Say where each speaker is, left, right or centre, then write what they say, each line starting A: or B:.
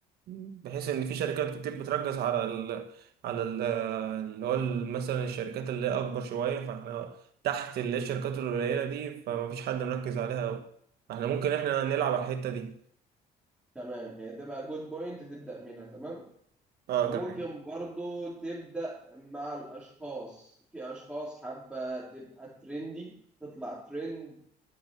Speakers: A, on the right; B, in the centre.
A: بحيث ان في شركات كتير بتركز على ال على ال اللي هو ال- مثلا الشركات اللي هي اكبر شويه فاحنا تحت اللي هي الشركات القليله دي فمفيش حد مركز عليها أوي. فاحنا ممكن احنا نلعب على الحته دي
B: تمام هي تبقى جود بوينت تبدأ منها تمام
A: اه
B: وممكن
A: تمام
B: برضو تبدأ مع الأشخاص في أشخاص حابة تبقى ترندي تطلع ترند